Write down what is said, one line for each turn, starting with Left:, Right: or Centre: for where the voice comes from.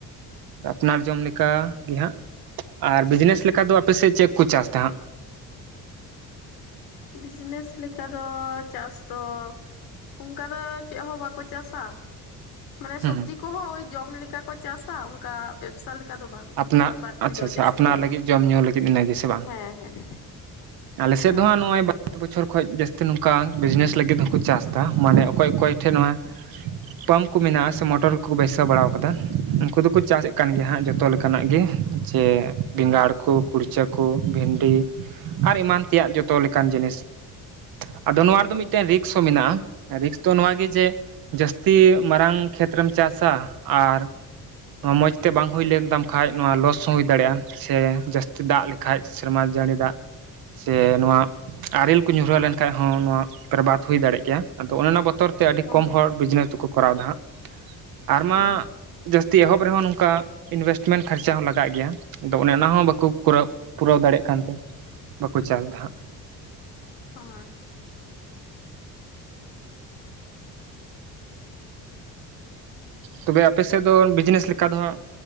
Right: ᱟᱯᱱᱟᱨ ᱡᱚᱢ ᱞᱮᱠᱟ ᱤ ᱦᱟᱸᱜ ᱟᱨ ᱵᱤᱡᱽᱱᱮᱥ ᱞᱮᱠᱟ ᱫᱚ ᱟᱯᱮ ᱥᱮᱫ ᱪᱮᱫ ᱠᱚ ᱪᱟᱥ ᱛᱮ ᱦᱟᱸᱜ
Left: ᱵᱤᱡᱽᱱᱮᱥ ᱞᱮᱠᱟ ᱫᱚ ᱪᱟᱥ ᱫᱚ ᱚᱱᱠᱟ ᱫᱚ ᱪᱮᱫ ᱦᱚᱸ ᱵᱟᱠᱚ ᱪᱟᱥᱼᱟ ᱢᱟᱱᱮ
Right: ᱦᱩᱸ
Left: ᱥᱚᱵᱽᱡᱤ
Right: ᱦᱩᱸ
Left: ᱠᱚᱦᱚᱸ ᱳᱭ ᱡᱚᱢ ᱞᱮᱠᱟ ᱠᱚ ᱪᱟᱥᱟ ᱚᱱᱠᱟ ᱵᱮᱵᱥᱟ ᱞᱮᱠᱟ ᱫᱚ ᱵᱟᱝ
Right: ᱟᱯᱱᱟᱜ
Left: ᱩᱱᱟᱹᱜ ᱵᱟᱹᱲᱛᱤ
Right: ᱟᱪᱪᱷᱟ
Left: ᱫᱚ
Right: ᱟᱪᱪᱷᱟ
Left: ᱡᱟᱹᱥᱛᱤ
Right: ᱟᱯᱱᱟ
Left: ᱫᱚ ᱵᱟᱝ
Right: ᱞᱟᱹᱜᱤᱫ ᱡᱚᱢ ᱧᱩ ᱞᱟᱹᱜᱤᱫ ᱤᱱᱟ ᱜᱮ ᱥᱮ ᱵᱟᱝ
Left: ᱦᱮᱸ ᱦᱮᱸ
Right: ᱟᱞᱮ ᱥᱮᱫ
Left: ᱦᱮᱸ
Right: ᱫᱚ ᱦᱟᱸᱜ ᱱᱚᱜᱼᱚᱭ ᱵᱟᱨ ᱵᱚᱪᱷᱚᱨ ᱠᱷᱚᱡ ᱡᱟᱹᱥᱛᱤ ᱱᱚᱝᱠᱟ ᱡᱟ. ᱥᱛᱤ ᱱᱚᱣᱟ ᱵᱤᱡᱽᱱᱮᱥ ᱞᱟᱹᱜᱤᱫ ᱦᱚᱸᱠᱚ ᱪᱟᱥ ᱫᱟ ᱢᱟᱱᱮ ᱚᱠᱚᱭ ᱚᱠᱚᱭ ᱴᱷᱮᱱ ᱱᱚᱣᱟ ᱯᱟᱢᱯ ᱠᱚ ᱢᱮᱱᱟᱜᱼᱟ ᱥᱮ ᱢᱚᱴᱚᱨ ᱠᱚᱠᱚ ᱵᱟᱹᱭᱥᱟᱹᱣ ᱵᱟᱲᱟᱣ ᱠᱟᱫᱟ ᱩᱱᱠᱩ ᱫᱚᱠᱚ ᱪᱟᱥᱮᱫ ᱠᱟᱱ ᱜᱮᱭᱟ ᱦᱟᱸᱜ ᱡᱚᱛᱚ ᱞᱮᱠᱟᱱᱟᱜ ᱜᱮ ᱡᱮ ᱵᱮᱸᱜᱟᱲ
Left: ᱦᱮᱸ
Right: ᱠᱚ ᱠᱩᱲᱪᱟᱹᱠᱚ ᱠᱩ ᱵᱷᱤᱱᱰᱤ ᱟᱨ ᱮᱢᱟᱱ ᱛᱮᱭᱟᱜ ᱡᱚᱛᱚ ᱞᱮᱠᱟᱱ ᱡᱤᱱᱤᱥ ᱟᱫᱚ ᱱᱚᱣᱟ ᱫᱚ ᱢᱤᱫ ᱢᱤᱫᱴᱮᱱ ᱨᱤᱠᱥ ᱦᱚᱸ ᱢᱮᱱᱟᱜᱼᱟ ᱨᱤᱠᱥ ᱛᱚ ᱱᱚᱣᱟ ᱜᱮ ᱡᱮ ᱡᱟᱹᱥᱛᱤ ᱢᱟᱨᱟᱝ ᱠᱷᱮᱛᱨᱮᱢ ᱪᱟᱥᱟ ᱟᱨ ᱱᱚᱣᱟ ᱢᱚᱡᱽ ᱛᱮ ᱵᱟᱝ ᱦᱩᱭ ᱞᱮᱱ ᱛᱟᱢ ᱠᱷᱟᱡ, ᱱᱚᱣᱟ ᱞᱚᱥ ᱦᱩᱭ ᱫᱟᱲᱮᱭᱟᱜᱼᱟ ᱥᱮ ᱡᱟᱹᱥᱛᱤ ᱫᱟᱜ ᱞᱮᱠᱷᱟ ᱥᱮᱨᱢᱟ ᱡᱟᱹᱲᱤ ᱫᱟᱜ ᱥᱮ ᱱᱚᱣᱟ ᱟᱨᱮᱞ ᱠᱚ ᱧᱩᱨᱦᱟᱹ ᱞᱮᱱᱠᱷᱟᱡ ᱦᱚᱸ ᱱᱚᱣᱟ ᱯᱚᱨᱵᱟᱫᱽ ᱦᱩᱭ ᱫᱟᱲᱮᱭᱟᱜ ᱠᱮᱭᱟ ᱟᱫᱚ ᱚᱱᱟ ᱵᱚᱛ ᱵᱚᱛᱚᱨ ᱛᱮ ᱟᱹᱰᱤ
Left: ᱦᱮᱸ
Right: ᱠᱚᱢ ᱦᱚᱲ ᱵᱤᱡᱽᱱᱮᱥ ᱫᱚᱠᱚ ᱠᱚᱨᱟᱣ ᱫᱟ ᱟᱨ ᱢᱟ
Left: ᱚ
Right: ᱡᱟᱹᱥ ᱮᱦᱚᱵ ᱨᱮᱦᱚᱸ ᱱᱚᱝᱠᱟ ᱤᱱᱵᱷᱮᱥᱴᱢᱮᱱᱴ ᱠᱷᱚᱨᱪᱟ ᱦᱚᱸ ᱞᱟᱜᱟᱜ ᱜᱮᱭᱟ ᱟᱫᱚ ᱚᱱᱮ ᱚᱱᱟ ᱦᱚᱸ ᱵᱟᱠᱚ ᱠᱚᱨᱟᱣ ᱯᱩᱨᱟᱹᱣ ᱫᱟᱲᱮᱭᱟᱜ ᱠᱟᱱ ᱛᱮ ᱵᱟᱠᱚ ᱪᱟᱥᱫᱟ ᱦᱟᱸ
Left: ᱟ ᱟᱪᱪᱷᱟ <unintelligible>
Right: ᱛᱚᱵᱮ ᱟᱯᱮ ᱥᱮᱫ ᱫᱚ ᱵᱤᱡᱽᱱᱮᱥ ᱞᱮᱠᱟ ᱫᱚ ᱦᱟᱸᱜ